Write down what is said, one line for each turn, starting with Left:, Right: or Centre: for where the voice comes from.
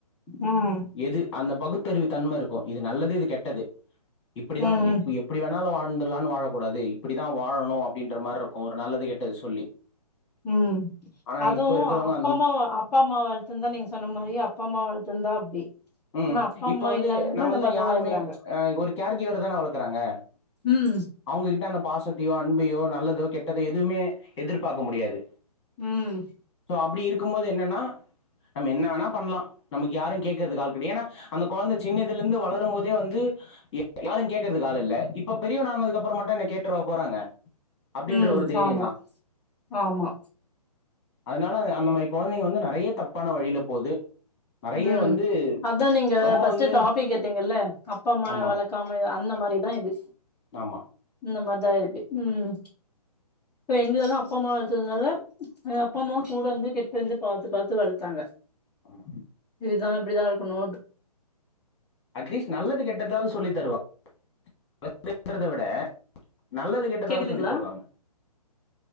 Centre: ம்
Left: எது அந்த பகுத்தறிவு தன்ம இருக்கோ இது நல்லது இது கெட்டது இப்டிதா
Centre: ம்
Left: இப் எப்டி வேணாலு வா வாழ்ந்தல்லான்னு வாழக்கூடாது இப்படிதா வாழணு அப்டின்ற மாரி இருக்கோ ஒரு நல்லது கேட்டது சொல்லி
Centre: உம்
Left: ஆனா
Centre: அதுவு
Left: இப்ப இருக்கிறவங்க
Centre: அப்பா அம்மா அப்பா அம்மா வளத்துதிருந்தா நீங்க சொன்னா மாரி அப்பா அம்மா வளத்துந்தா அப்டி
Left: உம்
Centre: ஆனா அப்பா
Left: இப்ப
Centre: அம்மா
Left: வந்து
Centre: இல்லாதவங்க
Left: நம்மல்
Centre: இந்த
Left: தா
Centre: மாரிதா
Left: யாருமே
Centre: வளக்குறாங்க
Left: அ ஒரு கேர்கிவ்வேடு தானே வளக்கறாங்க
Centre: ம்
Left: அவுங்ககிட்ட அந்த பாசத்தையோ அன்பையோ நல்லதோ கெட்டதோ எதுவுமே எதிர்பார்க்க முடியாது
Centre: உம்
Left: அப்டி இருக்கும் போது என்னன்னா நம்ம என்ன வேணா பண்ணலா நம்ம யாரு கேட்கறதுக்கு ஆள் கெடையா ஏன்னா அந்த கொழந்த சின்னதில இருந்து வளரும் போதே வந்து யாரும் கேக்கறதுக்கு ஆள் இல்ல இப்போ பெரியவன் ஆனதுக்கு அப்புறோ மட்டு என்ன கேட்டுறவா போறாங்க அப்படின்ற
Centre: உம்
Left: ஒரு தைரியந்தா
Centre: ஆமா ஆமா
Left: அதனால அந்த மாரி கொழந்தைங்க வந்து ந நெறைய தப்பான வழில போது நெறைய
Centre: உஹம்
Left: வந்து
Centre: அத்தா நீங்க
Left: ரொம்ப
Centre: பஸ்ட்
Left: வந்து
Centre: டாபி எடுத்தீங்கல்ல அப்பா அம்மா
Left: ஆமா
Centre: வளக்காம அந்த மாரிதா இது
Left: ஆமா
Centre: அந்த மாரி தா இருக்கு உம் இப்ப எங்கலதா அப்பா அம்மா வளத்ததுனால எயா அப்பா அம்மா கூட இருந்து கிட்ட இருந்து பாத்து பாத்து வளத்தாங்க
Left: ஆமா
Centre: இதுதா இப்டிதா இருக்கணு
Left: அட்லீஸ்ட் நல்லது கெட்டதாவது சொல்லி தருவாங் <unintelligible> தவிட நல்லது கெட்டதாவது
Centre: கேக்குதுங்களா
Left: சொல்லி தருவாங்க